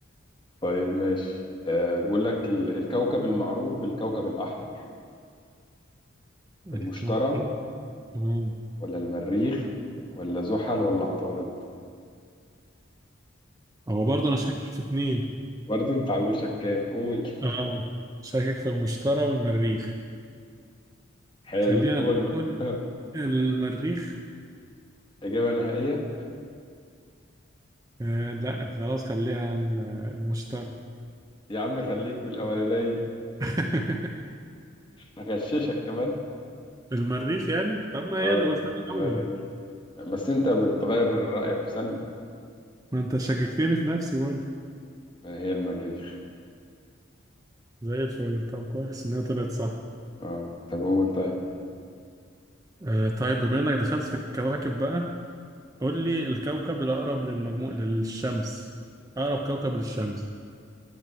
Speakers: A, on the left; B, on the right.
A: طيب ماشي أه بيقول لك ال- الكوكب المعروف بالكوكب الاحمر
B: الكوكب
A: المشتري
B: آه.
A: ولا المريخ ولا زحل ولا عطارد
B: هو برضه انا شاكك في اتنين
A: برضو انت على طول شكاك قول
B: اه شاكك في المشتري والمريخ
A: حلو
B: خلينا
A: قول
B: نقول
A: بقى
B: المريخ
A: <laughs> اجابه نهائيه
B: آه لا خلاص خليها ال- المشتري
A: يا عم خليك في الاولانيه
B: <laughs>
A: هغششك كمان
B: المريخ يعني طب ما
A: اه
B: هي اللي
A: الم-
B: قلتها
A: المريخ
B: الاول
A: بس انت بتغير رايك في ثانيه
B: ما انت شككتني في نفسي برضه
A: هي المريخ
B: زي الفل طب كويس ان هي طلعت صح
A: اه طب قول طيب
B: آه طيب بما انك دخلت في الكواكب بقى قول لي الكوكب الاقرب للمجموع للشمس اقرب كوكب للشمس